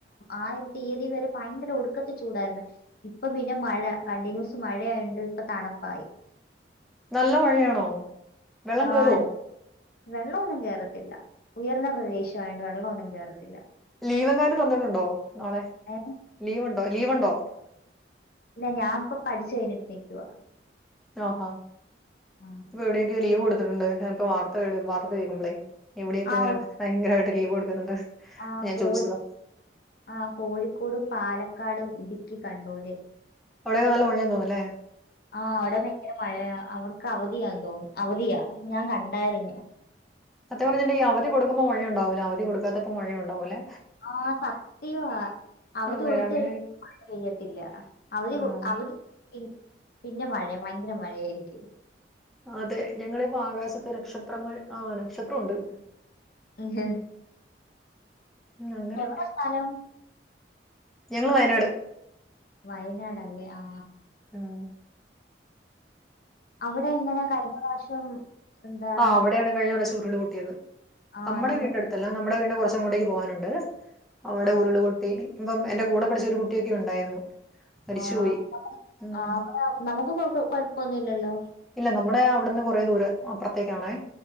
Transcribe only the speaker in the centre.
നല്ല മഴയാണോ വെള്ളം
കേറുവോ
ലീവങ്ങാനും തന്നിട്ടുണ്ടോ നാളെ
ലീവ് ഉണ്ടോ ലീവ് ഉണ്ടോ
ആഹാ
ഇപ്പൊ എവിടെയൊക്കെയോ ലീവ് കൊടുത്തിട്ടുണ്ട് ഞാൻ ഇപ്പ വാർത്ത വാർത്ത കേൾക്കുമ്പളേ എവിടെയൊക്കെ
ഇങ്ങനെ
ഭയങ്കരമായിട്ട് ലീവ് കൊടുക്കുന്നുണ്ട്
ഞാൻ
ചോദിച്ചതാ
അവിടെയും നല്ല മഴയാ തോന്നുംല്ലേ
സത്യം പറഞ്ഞിട്ടെണ്ടെങ്കി ഈ അവധി കൊടുക്കുമ്പോ മഴയുണ്ടാവൂല്ല അവധി കൊടുക്കാത്തപ്പോ മഴയണ്ടാവും ല്ലേ
അതെ
അങ്ങനെ
ആ
അതെ ഞങ്ങളിപ്പോ ആകാശത്ത് നക്ഷത്രങ്ങൾ ആ നക്ഷത്രം ഉണ്ട്
ഉം അങ്ങനെ
ഞങ്ങള് വയനാട്
ആഹ്
ആഹ് അവിടെയാണ് കഴിഞ്ഞ പ്രാവശ്യം ഉരുള് പൊട്ടിയത്
നമ്മടെ
വീടിന്റെ അടുത്ത ല്ല നമ്മടെ വീടിന്റെ കൊറച്ചങ്ങോട്ടേക്ക് പോവാനുണ്ട് അവിടെ
ഉരുള്പൊട്ടി ഇമ്പം എന്റെ കൂടെ പഠിച്ച ഒരു കുട്ടിയൊക്കെ ഉണ്ടായിരുന്നു മരിച്ചുപോയി
ഉം
ഇല്ല നമ്മടെ അവിട്ന്ന് കൊറേ ദൂര അപ്പ്റത്തേക്കാണേ